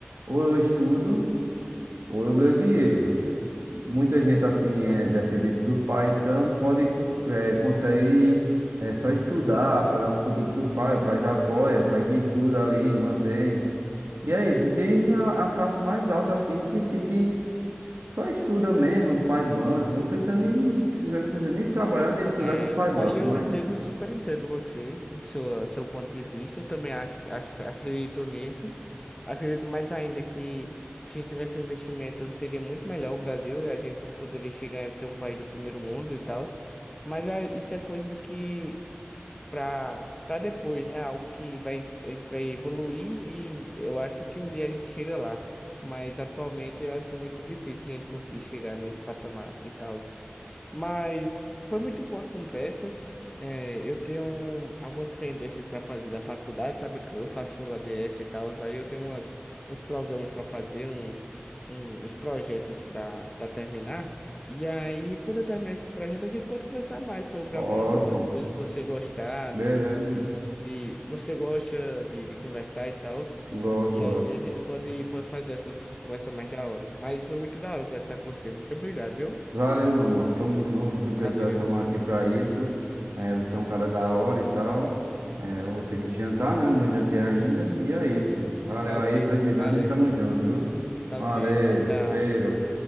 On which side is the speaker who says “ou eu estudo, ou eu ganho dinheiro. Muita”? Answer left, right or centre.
Right